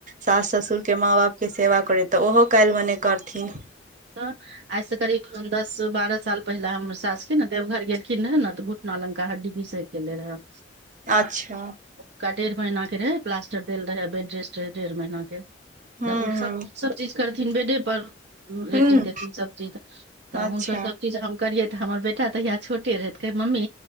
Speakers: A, on the right; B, on the right.
A: सास ससुरके माँ बापके सेवा करैत तऽ ओहो काल्हि भेने करथिन
B: तऽ आइ से करीब दस बारह साल पहिले हमर सासके ने देवघर गेल किन न तऽ घुटना लंका हड्डी घिसेक गेले रहैन
A: अच्छा
B: का डेढ़ महीना के रहै प्लास्टर देल रहै बेड रेस्ट रहै डेढ़ महीना के तऽ
A: हुं
B: ओसभ
A: हुं
B: सब चीज करथिन बेडे पर लेट्रिंग
A: हुं
B: तेट्रिंग सबचीज तऽ
A: अच्छा
B: हुनकर सब चीज हम करियै त हमार बेटा ताहि छोटे रहै त, कहै मम्मी,